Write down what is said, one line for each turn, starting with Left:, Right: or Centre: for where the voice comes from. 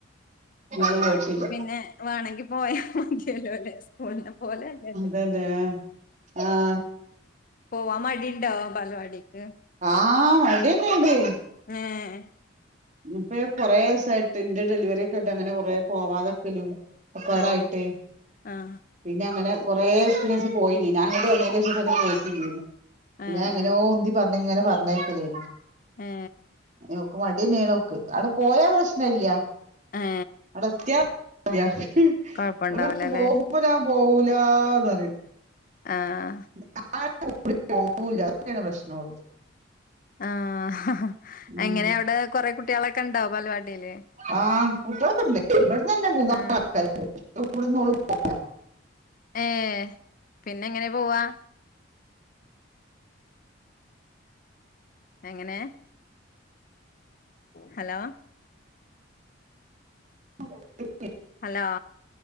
Right: ഇന്നോള്
Left: ബാലവാടിക്ക്
Right: പോയിട്ടില്ല
Left: പിന്നെ വേണങ്കി പോയാ മതിയല്ലോ അല്ലേ സ്കൂളിന പോലെ അല്ലല്ലോ
Right: അതേലെ ആഹ്
Left: പോവാൻ മടി ഇണ്ടോ ബാലവാടിക്ക്
Right: ആഹ് മടിയന്നെ ഇത്
Left: ഏഹ്
Right: ഇപ്പഴ് കൊറേ സായിട്ട് ഇന്റെ ഡെലിവറി ഓക്കായിട്ട് അങ്ങനെ കൊറേ പോവാതാക്കലും ഇപ്പ അതായിട്ട്
Left: ആഹ് ആഹ്
Right: പിന്ന അങ്ങനെ കൊറേ ദിവസത്തിന് ശേഷം പോയില്ലേനു ഞാൻ അങ്ങട്ട് വന്നേനേഷം <unintelligible> പിന്ന
Left: ഏ
Right: അങ്ങന
Left: ഏ
Right: ഓ ഉന്തി പറഞ്ഞങ്ങന പറഞ്ഞേക്കലേ
Left: ഏ
Right: പിന്നവക്ക് മ <unintelligible> അവിടെ പോയാ പ്രശ്ന ഇല്യ
Left: ഏ
Right: അവടെ എത്തിയാ <unintelligible>
Left: കൊഴപ്പണ്ടാവൂലല്ലേ
Right: ഇവള <unintelligible> പോവൂലാ പോവൂലാന്ന് പറയും
Left: ആഹ്
Right: <unintelligible> <unintelligible> പോവൂല്ല അതൊക്കെയാണ് പ്രശ്ന ഒള്ള്
Left: ആഹ്
Right: ഉം
Left: എങ്ങനെ അവടെ കൊറേ കുട്ടികളൊക്കെ ഇണ്ടോ ബാലവാടിയില്
Right: ആഹ് കുട്ടികളൊക്കെണ്ട് ഇവിടന്ന് തന്നെ മൂന്നാല്
Left: ആഹ്
Right: ആൾക്കാര്ണ്ട് <unintelligible>
Left: ഏഹ് പിന്നെ എങ്ങനാ പോവാ എങ്ങനെ ഹലോ
Right: <unintelligible>
Left: ഹലോ